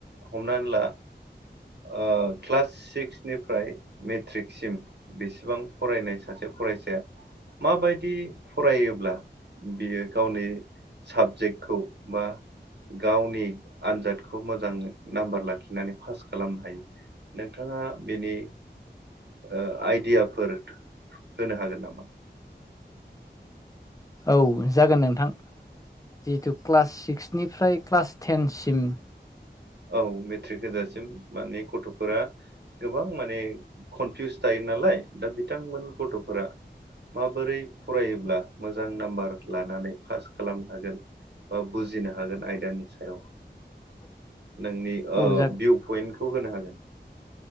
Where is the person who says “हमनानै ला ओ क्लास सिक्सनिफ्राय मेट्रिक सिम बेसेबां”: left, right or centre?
Right